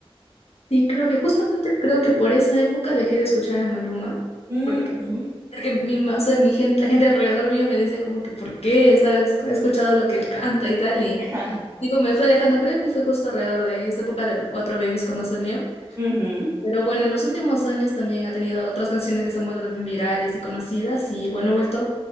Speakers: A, on the left; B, on the right.
A: Sí, creo que justamente creo que por esa época dejé de escuchar a Maluma,
B: Mm,
A: porque,
B: ujú.
A: porque mi, ma- o sea, mi gente, la gente alrededor mío me decía como que ¿por qué? ¿Sabes? He escuchado lo que él canta y tal, y
B: <laughs>
A: digo, me fue alejando, creo que fue justo alrededor de esa época del Cuatro Babies cuando salió.
B: Ujú,
A: Pero bueno, en los últimos años también ha tenido otras canciones que se han vuelto también virales y conocidas y bueno, he vuelto